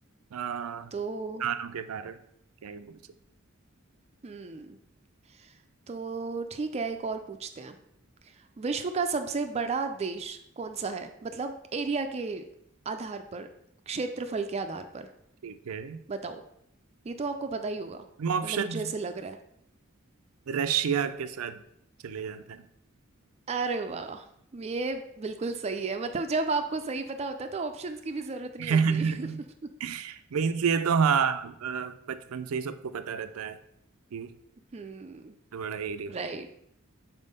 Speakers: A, on the right; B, on the right.
A: आ,
B: तो
A: कानों के कारण क्या ये बोल सकते
B: हम्म तो ठीक है एक और पूछते हैं विश्व का सबसे बड़ा देश कौन सा है मतलब एरिया के आधार पर क्षेत्रफल के आधार पर
A: ठीक है
B: बताओ ये तो आपको पता ही होगा
A: हम ऑप्शन
B: मतलब मुझे ऐसे लग रहा है
A: रशिया के साथ चले जाते हैं
B: अरे वाह ये बिल्कुल सही है मतलब जब आपको सही पता होता है तो ऑप्शंस की भी जरूरत नहीं
A: <laughs>
B: होती <laughs>
A: मीन्स ये तो हाँ अ, बचपन से ही सबको पता रहता है कि
B: हम्म
A: ये बड़ा एरिया
B: राइट